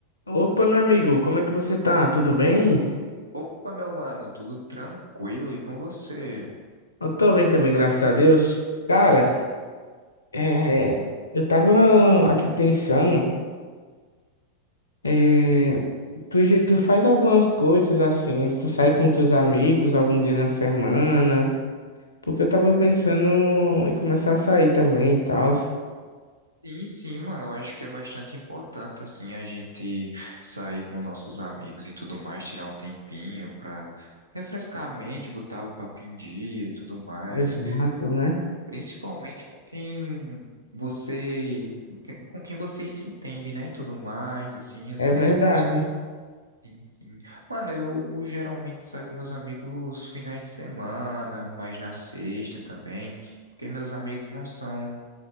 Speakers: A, on the left; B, on the right.
A: Opa, meu amigo, como é que você tá? Tudo bem?
B: Opa, meu mano, tudo tranquilo e com você?
A: Eu tô bem também, graças a Deus. Cara, é, eu tava aqui pensando, é, tu, já- tu faz algumas coisas assim, tu sai com teus amigos algum dia na semana, porque eu tava pensando em começar a sair também e tal.
B: Sim, sim, mano, eu acho que é bastante importante, assim, a gente sair com nossos amigos e tudo mais, tirar um tempinho pra refrescar a mente, botar o papo em dia e tudo mais.
A: Exato, né?
B: Principalmente com quem você, com quem vocês se entendem, né? Tudo mais, assim, os
A: É
B: mesmos
A: verdade.
B: Sim, sim. Mano, eu geralmente saio com meus amigos finais de semana, mas na sexta também, porque meus amigos não são,